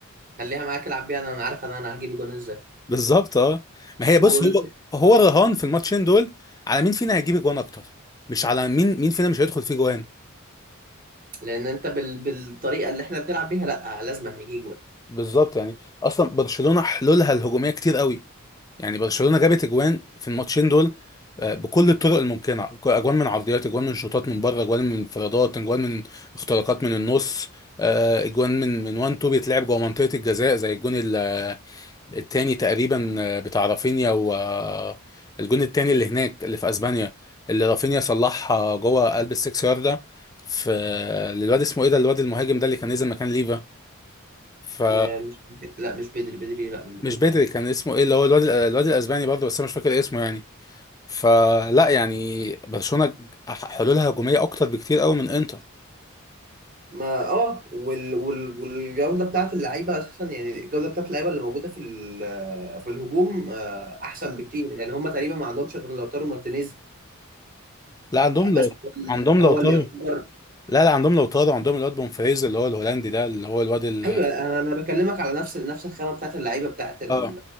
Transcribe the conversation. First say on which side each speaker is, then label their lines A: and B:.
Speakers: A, on the right; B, on the left.
A: معاك العب بيها انا أنا عارف انا انا هجيب جون ازاي
B: بالظبط اه ما هي
A: وبيقول
B: بص هو هو الرهان في الماتشين دول على مين فينا هيجيب جوان اكتر مش على مين مين فينا مش هيدخل فيه جوان
A: لان انت بال... بالطريقة اللي احنا بنلعب بيها لا لازم هيجي جون
B: بالظبط يعني اصلا برشلونه حلولها الهجوميه كتير قوي يعني برشلونة جابت اجوان في الماتشين دول آه، بكل الطرق الممكنة اجوان من عرضيات اجوان من شوطات من بره اجوان من انفرادات اجوان من اختراقات من النص آه، اجوان من من وان تو بيتلعب جوه منطقة الجزاء زي الجون ال- آه، التاني تقريبا آه، بتاع رافينيا و آه، الجون التاني اللي هناك اللي في اسبانيا اللي رافينيا صلحها جوه قلب السكس ياردة في آه، للواد اسمه ايه ده الواد المهاجم ده اللي كان نزل مكان ليفا فمش
A: آه مش لا مش بدري بدري لا بدري
B: بدري
A: مش
B: كان اسمه ايه اللي هو الواد آه، الواد الاسباني برضه بس انا مش فاكر اسمه يعني فلا يعني برشلونة حلولها هجومية أكتر بكتير قوي من إنتر
A: ما اه وال... وال... والجوده بتاعت اللعيبه اساسا يعني الجوده بتاعت اللعيبه اللي موجوده في ال... في الهجوم آه، احسن بكتير يعني هم تقريبا ما عندهمش غير لوتارو مارتينيز
B: لا عندهم
A: آه،
B: لو
A: بس هو
B: عندهم
A: اللي
B: لو
A: هو
B: طاروا
A: اللي يعتبر
B: لا لا عندهم لو طاروا عندهم الواد بومفريز اللي هو الهولندي ده اللي هو الواد ال
A: <laughs> ايوه انا انا بكلمك على نفس نفس الخامه بتاعت اللعيبه بتاعت ال...
B: اه